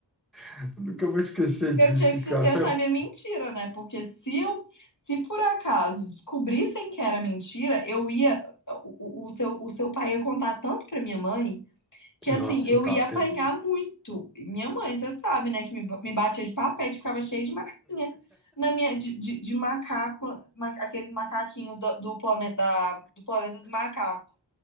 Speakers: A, in the centre; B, on the left (about 45°).
A: <laughs> nunca vou esquecer
B: Eu
A: disso,
B: tinha que sustentar
A: cara, Isso é-
B: minha mentira, né? Porque se eu, se por acaso descobrissem que era mentira, eu ia, o, o o seu, o seu pai ia contar tanto pra minha mãe. que
A: Nossa,
B: assim, eu
A: eu estava
B: ia apanhar
A: perdido.
B: muito. E Minha mãe, você sabe, né, que me, ba- me batia de papete, ficava cheia de marquinha na minha de, de, de macaco, ma- aqueles macaquinhos do, do planeta da- do planeta dos macacos.